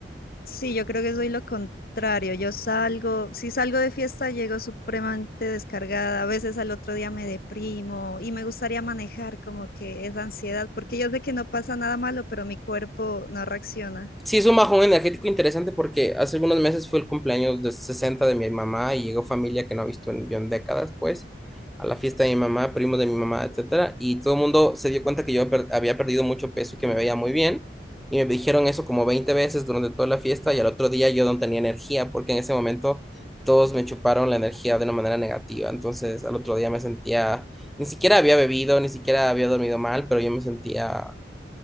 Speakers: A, on the left (about 55°); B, in the centre.
A: Sí, yo creo que soy lo contrario. Yo salgo, si salgo de fiesta, llego supremamente descargada. A veces al otro día me deprimo y me gustaría manejar como que esa ansiedad, porque yo sé que no pasa nada malo, pero mi cuerpo no reacciona.
B: Sí, es un bajón energético interesante porque hace algunos meses fue el cumpleaños de 60 de mi mamá y llegó familia que no ha visto en, yo en décadas, pues, a la fiesta de mi mamá, primos de mi mamá, etcétera, y todo el mundo se dio cuenta que yo per- había perdido mucho peso y que me veía muy bien, y me dijeron eso como 20 veces durante toda la fiesta y al otro día yo no tenía energía porque en ese momento todos me chuparon la energía de una manera negativa, entonces al otro día me sentía, ni siquiera había bebido, ni siquiera había dormido mal, pero yo me sentía